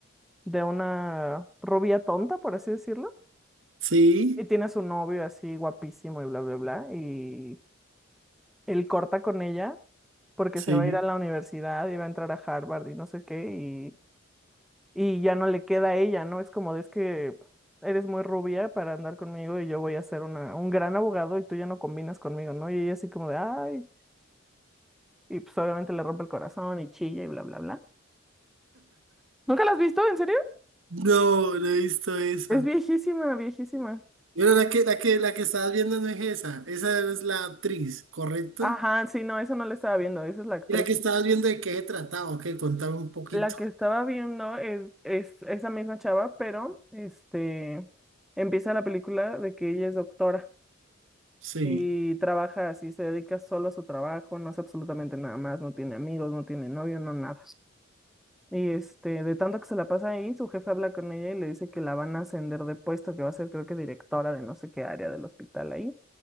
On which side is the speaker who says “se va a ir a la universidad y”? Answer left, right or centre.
Centre